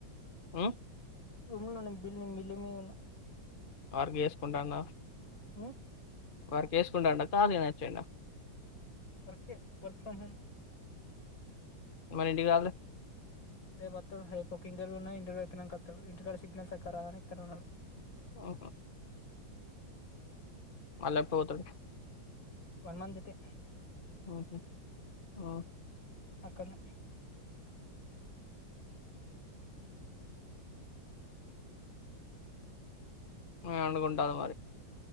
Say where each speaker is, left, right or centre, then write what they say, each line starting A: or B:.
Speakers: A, on the left; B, on the left.
A: ఆ
B: రూం లో ఉన్నడు నేను బిల్లింగ్ బిల్లింగ్ మీద ఉన్నా
A: వర్క్ చేసుకుంటా అన్నావ్
B: హు
A: వర్కు చేసుకుంటాండా ఖాళీగనే అచ్చిండా
B: వర్కే వర్క్ ఫ్రమ్ హోం
A: మరి ఇంటికి రాలే
B: రేపు అత్తడు రేపు ఒక ఇంటర్వ్యూ ఉన్నది ఇంటర్వ్యూ అయిపోయినంక అత్తడు ఇంటికాడ సిగ్నల్ సక్కగా రాదని ఇక్కడనే ఉన్నడు.
A: ఓహో మళ్ళా పోతాడు
B: వన్ మంత్ కే
A: ఓకే ఓ
B: అక్కన్నే
A: నువ్వు <unintelligible> మరి